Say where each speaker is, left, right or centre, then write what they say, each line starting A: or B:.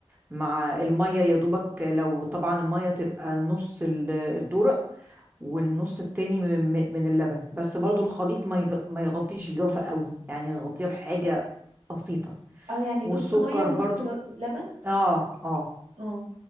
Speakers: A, on the right (about 20°); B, on the right (about 85°).
A: مع الميه يا دوبك لو طبعا الميه تبقى نص ال- الدورق والنص التاني من من- من اللبن بس برضو الخليط ما يغ- ما يغطيش الجوافه قوي يعني يغطيها بحاجه بسيطه
B: اه يعني
A: والسكر
B: نص ميه ونص
A: برضو
B: جو... لبن
A: اه اه
B: اه